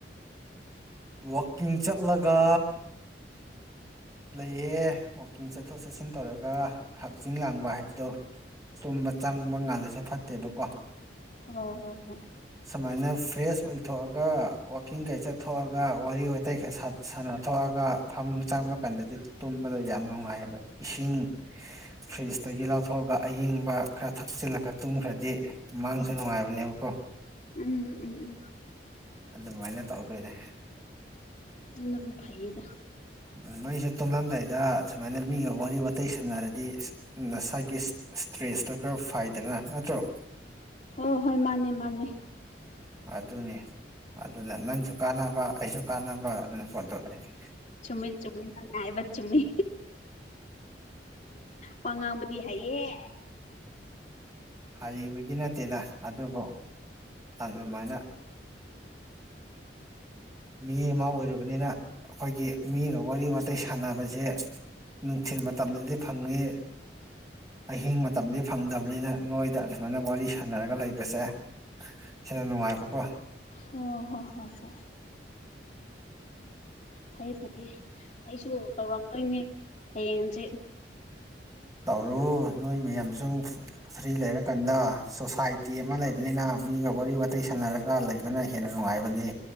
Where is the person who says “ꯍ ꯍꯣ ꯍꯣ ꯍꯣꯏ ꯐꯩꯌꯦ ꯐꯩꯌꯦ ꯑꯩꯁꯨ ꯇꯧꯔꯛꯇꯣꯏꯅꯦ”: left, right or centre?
Left